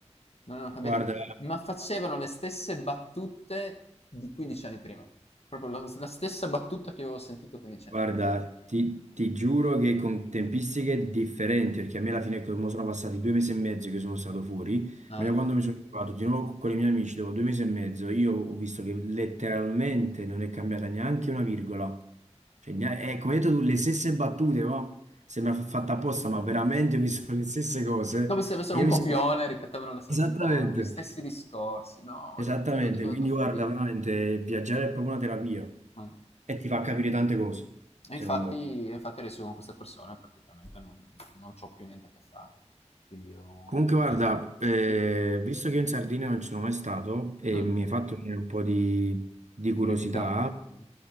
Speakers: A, on the left; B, on the right.
A: non erano cambiati,
B: guarda,
A: ma facevano le stesse battute di 15 anni prima. Proprio la, la stessa battuta che io avevo sentito 15
B: Guarda,
A: anni prima.
B: ti, ti giuro che con tempistiche differenti, perché a me alla fine come sono passati due mesi e mezzo che sono stato fuori,
A: Ah,
B: ma da quando
A: Eh?
B: mi sono ritrovato di nuovo con i miei amici dopo due mesi e mezzo, io ho visto che letteralmente non è cambiata neanche una virgola. Cioè, nea- è, come hai detto tu, le stesse battute, ma sembra fa- fatta apposta, ma veramente mi sono le stesse cose.
A: Come se avessero
B: E io
A: un copione,
B: mi sento...
A: ripetevano le stesse
B: Esattamente,
A: cose, gli stessi discorsi. No,
B: esattamente.
A: ho detto, cioè, ho detto,
B: Quindi
A: ho detto follia.
B: guarda, veramente viaggiare è proprio una terapia
A: Mm.
B: e ti fa capire tante cose,
A: E
B: secondo
A: infatti,
B: me.
A: e infatti adesso io con queste persone praticamente non, non c'ho più niente a che fare. Quindi ho...
B: Comunque, guarda,
A: Sì.
B: eh,
A: Sì.
B: visto che io in Sardegna non ci sono mai stato e
A: Mm,
B: mi hai fatto venire un po' di, di
A: di
B: curiosità,
A: curiosità? Mm.